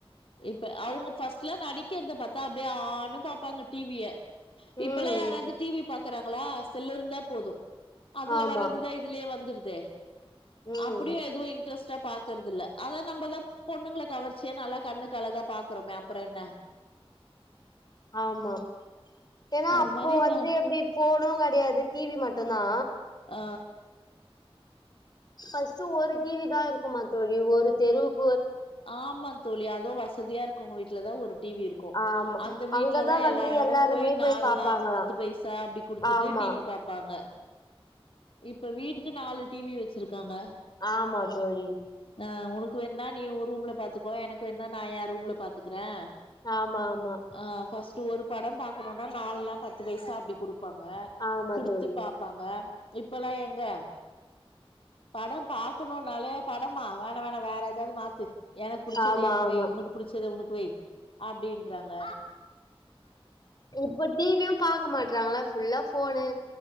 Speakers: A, on the left (about 65°); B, on the left (about 45°).
A: இப்ப அவங்க ஃபஸ்ட்டுல்லா நடிக்கிறத பாத்தா அப்டியே ஆனு பாப்பாங்க டீவிய இப்பெல்லா
B: ம்
A: யாராவது டிவி பாக்குறாங்களா செல்லு இருந்தா போது அதுல
B: ஆமா
A: வறதுதா இதுலயே வந்துரு தே
B: ம்
A: அப்படியும் எதுவும் இல் இன்ரஸ்டா பாக்றதில்ல அதா நம்ப லா பொண்ணுங்கள கவர்ச்சிய நல்லா கண்ணுக்கு அழகா பாக்கறமே அப்புறம் என்ன.
B: ஆமா ஏனா
A: அது
B: அப்போ
A: மாரி
B: வந்து
A: நா
B: எப்டி போணும். கிடையாது டிவி மட்டும் தா
A: ஆ
B: ஃபர்ஸ்ட்டு ஒரு டிவி தா இருக்குமா தோழி ஒரு தெருவுக்
A: ஆமா தோழி அதுவும் வசதியா இருக்கவங்க வீட்லதா ஒரு டிவி இருக்கும்
B: ஆமா
A: அந்த வீட்ல
B: அங்கதா
A: தா
B: வந்து
A: எல்லாரும்
B: எல்லாருமே
A: போயி நால்ல
B: போய் பாப்பாங்களா
A: பத்து பைசா அப்டி குடுத்துட்டு
B: ஆமா
A: டிவி பாப்பாங்க. இப்ப வீட்டுக்கு நாலு டிவி வச்சிருக்காங்க.
B: ஆமா தோழி
A: ஆ உனக்கு வேண்ண நீ உ ரூம்ல பாத்துக்கோ எனக்கு வேண்ண நா எ ரூம்ல பாத்துக்கறேன்.
B: ஆமா ஆமா
A: ஆ ஃபர்ஸ்ட் ஒரு படம் பாக்கணுனா நால்னா பத்து பைசா அப்டி குடு ப்பாங்க
B: ஆமா
A: குடுத்து
B: தோழி
A: பாப்பாங்க. இப்பல்லா எங்க. படம் பாக்கணுனாலே படமா வேணா வேணா வேற ஏதாவது மாத்து. எனக்கு புடிச்சத
B: ஆமா
A: எனக்கு
B: ஆமா
A: வை உனக்கு புடிச்சத உனக் வை அப்டின்றாங்க.
B: இப்ப டிவியு பாக்க மாட்றாங்களா ஃபுல்லா ஃபோனு